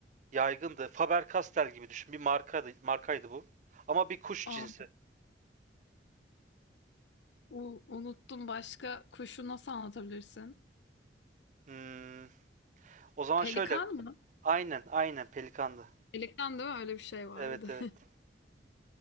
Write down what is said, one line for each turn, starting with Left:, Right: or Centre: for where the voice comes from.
Right: yaygındı. Faber-Castell gibi düşün. Bir markaydı, markaydı bu. Ama bir kuş
Left: Aa,
Right: cinsi.
Left: u- unuttum başka kuşu nasıl anlatabilirsin?
Right: Hmm, o zaman
Left: Pelikan
Right: şöyle.
Left: mı?
Right: Aynen, aynen pelikandı.
Left: Pelikan değil mi? Öyle bir şey vardı.
Right: Evet evet.